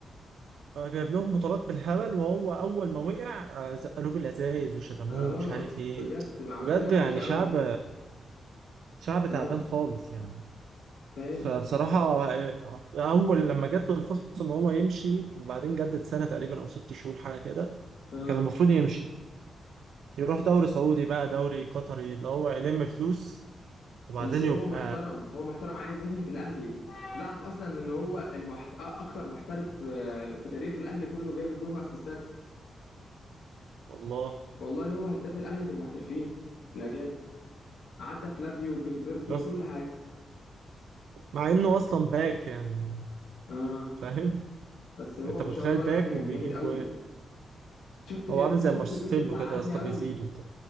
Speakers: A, on the right (about 85°); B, on the left (about 85°).
A: آه، جايب لهم بطولات بالهبل وهو اول ما وقع آه، زقلوه بالازايز وشتموه
B: اه
A: ومش عارف ايه
B: بجد عقليه
A: بجد
B: وحشه
A: يعني
B: قوي
A: شعب شعب تعبان
B: اه
A: خالص يعني
B: فاهم
A: فبصراحة آه، أول لما جات له الفرصة إن هو يمشي وبعدين جدد سنة تقريبا أو ست شهور حاجة كده
B: اه
A: كان المفروض يمشي يروح دوري سعودي بقى دوري قطري اللي هو يلم فلوس وبعدين
B: بس هو
A: يبقى
B: محترم هو محترم عايز ينهي في الاهلي تعرف اصلا ان هو المحت... اكتر محترف آه، في تاريخ الاهلي كله جايب الجون واسيستات
A: والله
B: والله هو هداف الاهلي في المحترفين الاجانب عدى فلافيو وجilberto
A: بس
B: وكل حاجه
A: مع إنه أصلا باك يعني
B: اه
A: فاهم <laughs>
B: بس هو
A: أنت
B: ما
A: متخيل
B: شاء الله
A: باك
B: يعني كان
A: وبيجيب
B: جامد قوي
A: جوان
B: شفت يا
A: هو عامل
B: اسطى
A: زي
B: شفت
A: مارسيلو
B: فيديو زعلني
A: كده يا اسطى
B: قوي
A: بيزيد وبتاع